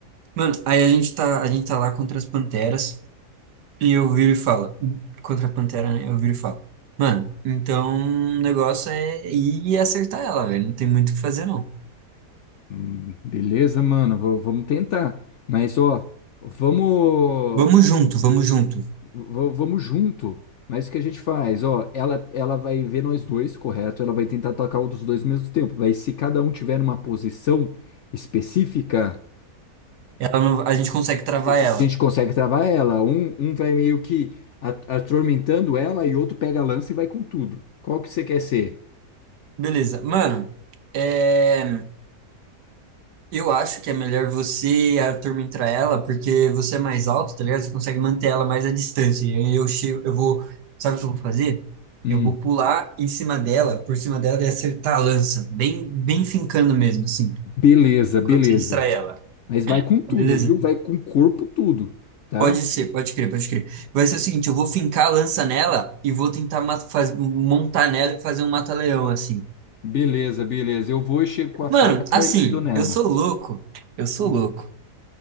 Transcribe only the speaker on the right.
Mano, aí a gente tá, a gente tá lá contra as Panteras e eu viro e falo. Contra a Pantera, né? Eu viro e falo. Mano, então o negócio é ir acertar ela, velho. Não tem muito o que fazer, não.
Vamos junto, vamos junto.
Ela não- a gente consegue travar
ela.
Beleza. Mano, é. Eu acho que é melhor você atormentar ela, porque você é mais alto, tá ligado? Você consegue manter ela mais à distância. E eu chego, eu vou, sabe o que eu vou fazer?
Eu vou pular em cima dela, por cima dela e acertar a lança, bem, bem fincando mesmo, assim,
quando você distrai ela.
Beleza?
Pode ser, pode crer, pode crer. Vai ser o seguinte, eu vou fincar a lança nela e vou tentar ma- faz- montar nela e fazer um mata-leão, assim.
Mano,
assim,
eu sou louco, eu sou
louco,